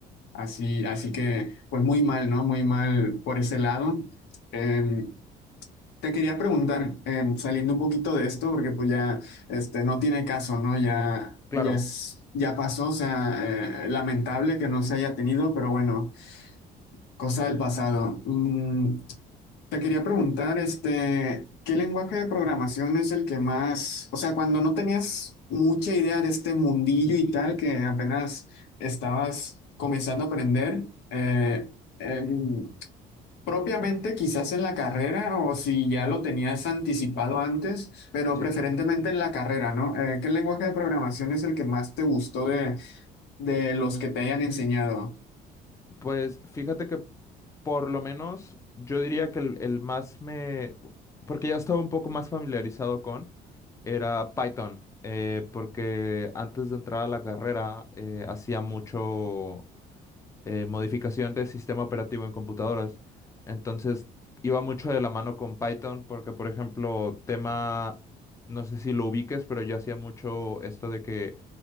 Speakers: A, on the left; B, on the left.
A: Así, así que, pues muy mal, ¿no? Muy mal por ese lado. Eh, te quería preguntar, em, saliendo un poquito de esto, porque pues ya este, no tiene caso, ¿no? Ya,
B: Claro.
A: ya es, ya pasó, o sea, eh, lamentable que no se haya tenido, pero bueno, cosa del pasado. Mm, te quería preguntar, este, ¿qué lenguaje de programación es el que más, o sea, cuando no tenías mucha idea de este mundillo y tal, que apenas estabas comenzando a aprender, eh, em, Propiamente quizás en la carrera o si ya lo tenías anticipado antes, pero
B: Sí.
A: preferentemente en la carrera, ¿no? Eh, ¿qué lenguaje de programación es el que más te gustó de, de los que te hayan enseñado?
B: Pues fíjate que por lo menos yo diría que el, el más me, porque ya estaba un poco más familiarizado con, era Python. eh, porque antes de entrar a la carrera eh, hacía mucho eh, modificación de sistema operativo en computadoras. Entonces, iba mucho de la mano con Python porque, por ejemplo, tema, no sé si lo ubiques, pero yo hacía mucho esto de que